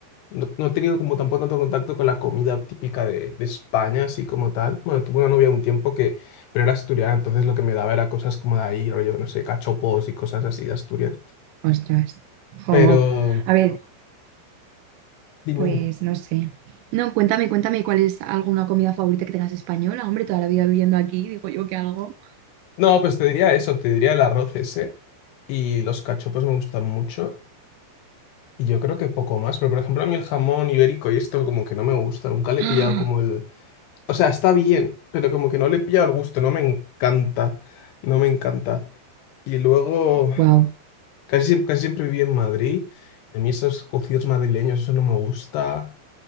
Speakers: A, on the left; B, on the right.
A: no, no he tenido como tampoco tanto contacto con la comida típica de, de España, así como tal. Bueno, tuve una novia un tiempo que, pero era asturiana, entonces lo que me daba era cosas como de ahí, rollo, no sé, cachopos y cosas así de Asturias.
B: Ostras. Jo.
A: Pero,
B: A ver,
A: dime,
B: pues
A: dime.
B: no sé. No, cuéntame, cuéntame cuál es alguna comida favorita que tengas española. Hombre, toda la vida viviendo aquí, digo yo que algo.
A: No, pues te diría eso, te diría el arroz ese. Y los cachopos me gustan mucho. Y yo creo que poco más. Pero, por ejemplo, a mí el jamón ibérico y esto como que no me gusta. Nunca le
B: <gasps>
A: he pillado como el O sea, está bien, pero como que no le he pillado el gusto, no me encanta, no me encanta. Y luego,
B: Wow.
A: casi, siem- casi siempre viví en Madrid, y a mí esos cocidos madrileños, eso no me gusta,